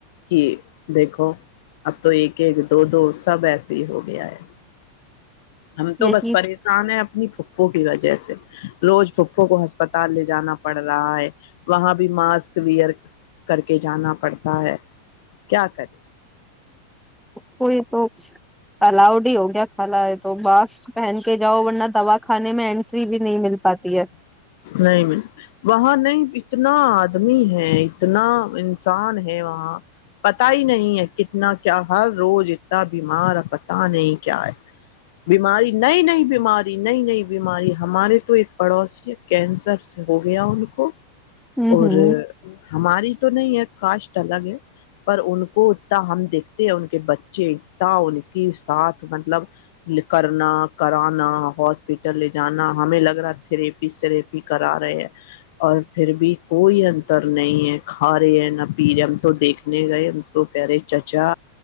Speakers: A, on the left; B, in the centre.
A: کہ دیکھو اب تو ایک ایک دو دو سب ایسے ہی ہو گیا ہے ہم
B: ہے
A: تو
B: یہی
A: بس پریشان ہیں اپنی پھوپھوں کی وجہ سے روز پھوپھوں کو ہسپتال لے جانا پڑ رہا ہے وہاں بھی ماسک ویئر کر کے جانا پڑتا ہے کیا کرے
B: کوئی تو الاؤڈ ہو گیا کھالا ہے تو ماسک پہن کے جاؤ ورنہ دوا کھانے اینٹری بھی نہیں مل پاتی ہے
A: نہیں وہاں نہیں اتنا آدمی ہے اتنا انسان ہے وہاں پت ہی نہیں ہے کتنا کیا ہر روز اتنا بیمار ہے پت نہیں کیا ہے بیماری نئی نئی بیماری نئی نئی بیماری ہمارے تو ایک پڑوسی ہے کینسر سے ہو گیا ان کو
B: ہ
A: اور
B: ہ
A: ہماری تو نہیں ہے کاسٹ الگ ہے پر ان کو اتنا ہم دیکھتے ہیں ان کے بچے اتنا ان کی ساتھ مطلب کرنا کرانا ہاسپٹل لے جانا ہمیں لگ رہا تھ ر کرا رہے ہیں اور پھر بھی کوئی انتر نہیں ہے کھا رہے ہیں نہ پی رہے ہم تو دیکھنے گئے ہم تو کہہ رہے چچا